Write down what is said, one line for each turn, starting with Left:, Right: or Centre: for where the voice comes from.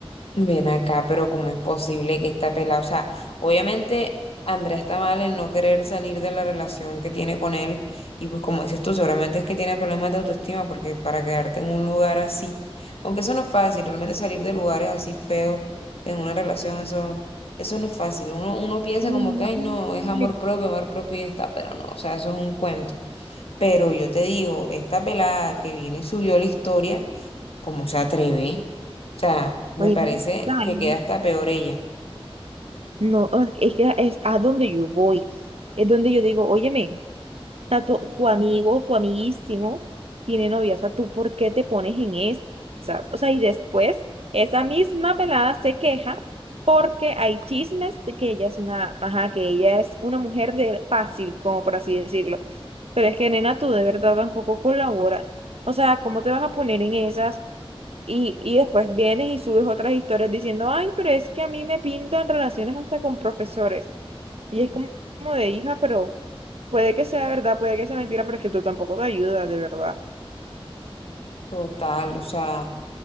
Left: Ven acá, pero ¿cómo es posible que esta pelada? O sea, obviamente Andrea está mal en no querer salir de la relación que tiene con él y pues como dices tú, seguramente es que tiene problemas de autoestima porque para quedarte en un lugar así, aunque eso no es fácil, realmente salir de lugares así feos en una relación, eso, eso no es fácil. Uno, uno piensa
Right: <laughs>
Left: como que, ay, no, es amor propio, amor propio y ya está, pero no, o sea, eso es un cuento. Pero yo te digo, esta pelada que vino y subió la historia, ¿cómo se atreve? O sea, me
Right: Oye,
Left: parece
Right: dale,
Left: que queda hasta peor ella.
Right: no, es que es a donde yo voy, es donde yo digo, óyeme. sea, tu, tu amigo, tu amiguísimo tiene novia, o sea, ¿tú por qué te pones en esas? O sea, y después esa misma pelada se queja porque hay chismes de que ella es una, ajá, que ella es una mujer de fácil, como por así decirlo. Pero es que, nena, tú de verdad tampoco colaboras. O sea, ¿cómo te vas a poner en esas? Y, y después vienes y subes otras historias diciendo, ay, pero es que a mí me pintan relaciones hasta con profesores. Y es como, como de hija, pero... Puede que sea verdad, puede que sea mentira, pero es que tú tampoco te ayudas, de verdad.
Left: Total, o sea,